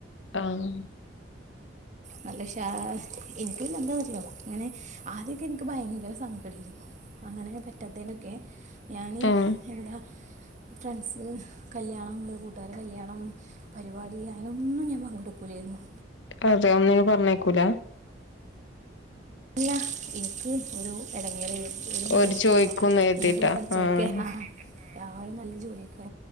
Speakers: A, on the left; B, on the right.
A: ആഹ്
B: നല്ല ക്ഷാഎനക്ക് പിന്നെ എന്താന്ന് അറിയുവോ അങ്ങനെ ആദ്യൊക്കെ എനിക്ക് ഭയങ്കര സങ്കടാരുന്നു അങ്ങനെ പറ്റാതെനൊക്കെ ഞാന്
A: ആഹ്
B: എന്താ ഫ്രണ്ട്സ് കല്യാണം കൂട്ടുകാർ കല്യാണം പരിപാടി അതിനൊന്നും ഞാൻ പങ്കെടുക്കുല്ലായിരുന്നു
A: അതെ ഒന്നിനും പറഞ്ഞയക്കൂല
B: ല്ല എനിക്ക് ഒരു ഇടങ്ങേർ ഒരു ബുദ്ധിമുട്ടേന്നു
A: ഓര് ചോയ്ക്കുംന്ന് കരുതിട്ടാ
B: ന്റെ കൂടെ പഠിച്ചോർക്ക്
A: ആഹ്
B: ആ ആരും നല്ല ജോലിക്കെ